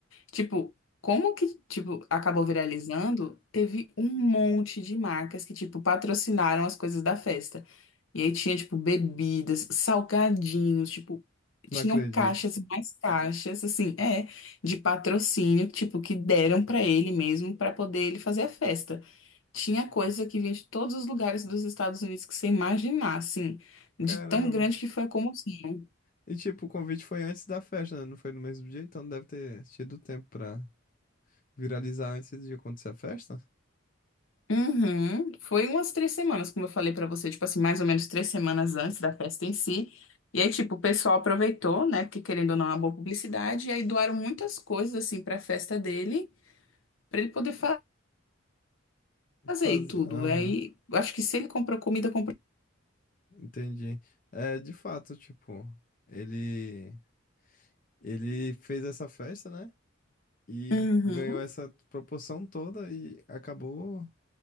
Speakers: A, on the left (about 75°); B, on the left (about 40°).
A: Tipo, como que, tipo, acabou viralizando? Teve um monte de marcas que, tipo, patrocinaram as coisas da festa. E aí tinha, tipo, bebidas, salgadinhos, tipo,
B: Não
A: tinham
B: acredito.
A: caixas e mais caixas, assim, é, de patrocínio, tipo, que deram pra ele mesmo pra poder ele fazer a festa. Tinha coisa que vinha de todos os lugares dos Estados Unidos que você imaginar, assim, de
B: Caramba.
A: tão grande que foi a comoção.
B: E tipo, o convite foi antes da festa, né? Não foi no mesmo dia, então deve ter tido tempo pra viralizar antes de acontecer a festa.
A: Uhum. Foi umas três semanas, como eu falei pra você, tipo assim, mais ou menos três semanas antes da festa em si. E aí, tipo, o pessoal aproveitou, né? Porque querendo ou não, é uma boa publicidade. E aí doaram muitas coisas, assim, pra festa dele, pra ele poder fa- fazer
B: Que Faz...
A: e tudo.
B: Aham,
A: E aí, eu acho que se ele comprou comida, comprou.
B: entendi. É, de fato, tipo, ele... Ele fez essa festa, né? E
A: Uhum.
B: ganhou essa proporção toda e acabou